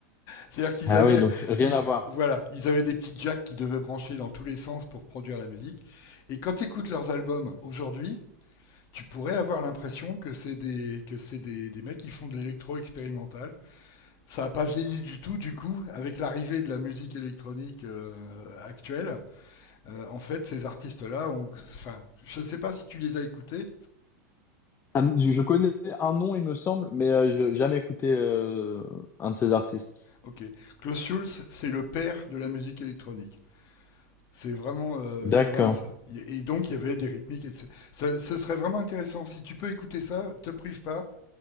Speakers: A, on the left; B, on the left.
A: C'est-à-dire qu'ils
B: Ah
A: avaient,
B: oui, donc rien
A: ils-
B: à voir.
A: voilà, ils avaient des petits jacks qui devaient brancher dans tous les sens pour produire la musique. Et quand tu écoutes leurs albums aujourd'hui, tu pourrais avoir l'impression que c'est des, que c'est des, des mecs qui font de l'électro expérimental. Ça n'a pas vieilli du tout, du coup, avec l'arrivée de la musique électronique euh, actuelle. Euh, en fait, ces artistes-là, ont- enfin, je ne sais pas si tu les as écoutés.
B: Ah, Je connais un nom, il me semble, mais euh, je n'ai jamais écouté euh, un de ces artistes.
A: Ok, Klaus Schulze, c'est le père de la musique électronique. C'est vraiment, euh,
B: D'accord.
A: c'est vraiment ça. Y- Et donc, il y avait des rythmiques. Et tout ça. Ça- ce serait vraiment intéressant. Si tu peux écouter ça, te prive pas.